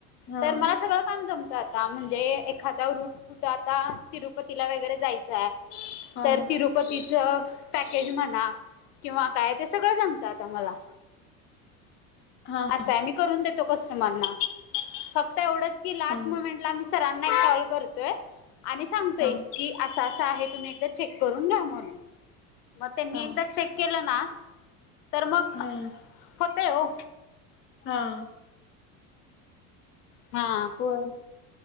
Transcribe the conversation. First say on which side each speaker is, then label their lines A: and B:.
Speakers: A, on the left; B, on the left.
A: हा
B: तर मला सगळ काम जमत. आता म्हणजे एखादा रूट कुठ आता तिरुपतीला वगैरे जायच आहे.
A: हा
B: तर तिरुपतीच पॅकेज म्हणा किंवा काय ते सगळ जमत. आता मला.
A: हां
B: असत मी करून देतो कस्टमरला फक्त एवढच की लास्ट
A: हा
B: मुमेंटला सरांना एक कॉल करतोय आणि सांगतोय
A: हा
B: की अस अस अस आहे तुम्ही एकदा चेक करून घ्या म्हणून मग त्यांनी
A: हा
B: एकदा चेक केल ना तर मग
A: हा
B: होतय हो.
A: हां
B: हां
A: बोल